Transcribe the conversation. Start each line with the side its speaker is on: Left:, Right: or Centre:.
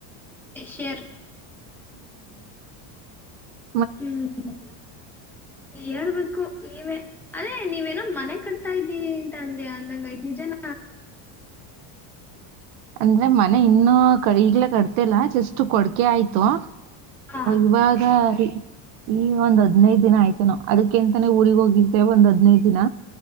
Centre: ಶೇರ್
Right: ಹ್ಮ.
Centre: ಹ್ಮ್ ಹೇಳ್ಬೇಕು ನೀವೇ. ಅದೇ ನೀವೇನೋ ಮನೆ ಕಟ್ತಾ ಇದ್ದಿ ಅಂತ ಅಂದ್ರೆ ಅಂದಂಗ ಐದ್ ನಿಜನ.
Right: ಅಂದ್ರೆ ಮನೆ ಇನ್ನುೂ ಕ ಈಗ್ಲ ಕಟ್ಟಿಲ್ಲ ಇಲ್ಲ ಜಸ್ಟ್ ಕೊಡ್ಕೆ ಆಯ್ತು.
Centre: ಹಾ
Right: ಇವಾಗ ರೀ ಈ ಒಂದ. ಹದ್ನೈದು ದಿನ ಆಯ್ತೆ ನಾ ಅದಕ್ಕೆ ಎಂತಾನೇ ಊರಿಗೆಗ್ ಹೋಗಿದ್ದೆ ಒಂದ್ ಹದಿನೈದು ದಿನ.